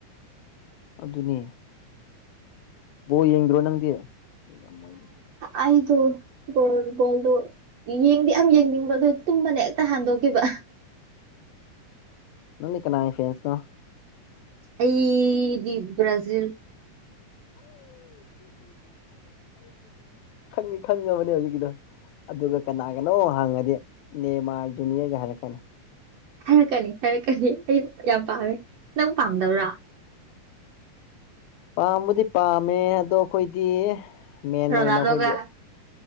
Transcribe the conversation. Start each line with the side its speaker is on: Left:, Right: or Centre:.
Left: ꯑꯗꯨꯅꯦ ꯕꯣ ꯌꯦꯡꯗ꯭ꯔꯣ ꯅꯪꯗꯤ ꯌꯦꯡꯉꯝꯃꯣꯏꯗ
Right: ꯑꯣ ꯌꯦꯡꯗꯤ ꯌꯥꯝ ꯌꯦꯡꯅꯤꯡꯕ ꯑꯗꯨꯣ ꯇꯨꯝꯕꯅꯦ ꯍꯦꯛꯇ ꯍꯟꯗꯣꯛꯈꯤꯕ
Left: ꯅꯅꯤ ꯀꯅꯥ ꯐꯁꯅ
Right: ꯑꯩꯗꯤ ꯕ꯭ꯔꯥꯖꯤꯜ
Left: ꯅꯤꯪ ꯈꯪꯒꯥ ꯃꯅ ꯍꯧꯖꯤ ꯀꯗ ꯑꯗꯨꯒ ꯀꯅꯥꯒꯅꯣ ꯍꯥꯡꯉꯗꯤ ꯅꯦꯃꯥꯔ ꯖꯨꯅꯤꯌꯔꯒ ꯍꯥꯏꯔꯛꯀꯅꯤ
Right: ꯍꯥꯏꯔꯛꯀꯅꯤ ꯍꯥꯏꯔꯛꯀꯅꯤ ꯑꯩ ꯌꯥꯝ ꯄꯥꯝꯃꯦ ꯅꯪ ꯄꯥꯝꯗꯕ꯭ꯔꯥ
Left: ꯄꯕꯨꯗꯤ ꯄꯥꯝꯃꯦ ꯑꯗꯣ ꯑꯩꯈꯣꯏꯗꯤ ꯃꯦꯟ
Right: ꯔꯣꯅꯥꯜꯗꯣꯒ
Left: ꯑꯣꯏꯅ ꯑꯩꯈꯣꯏꯗꯤ